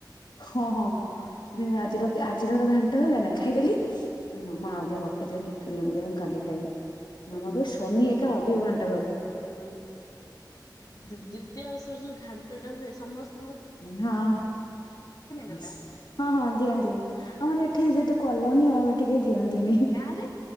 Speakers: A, on the left; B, on the left.
A: ହଁ ହଁ ଆଜିର ଆଜିର ଘାଣ୍ଟ ହେଲା ନା ଖାଇଦେଲି
B: ହୁଁ
A: ମାମା ରଖିିବେ ଟିଫନରେ ମୁଁ କାଲି <unintelligible>
B: କହିଲା
A: ଶୋନି ଏକା। <inaudible>
B: ହୁଁ ଦ୍ଵିତୀୟ ଔଷର ଯୋଉ ଘାଣ୍ଟ ଟା ହୁଏ। ସମସ୍ତ
A: ହଁ <inaudible>
B: ତ ନା
A: ହଁ ହଁ ଦିଅ ଦି ଆମର ଏଠି ଯେତ କଲୋନୀ ଆଉ ଏ ଟିକେ ଦିଅନ୍ତିନି
B: ଗାଁ ରେ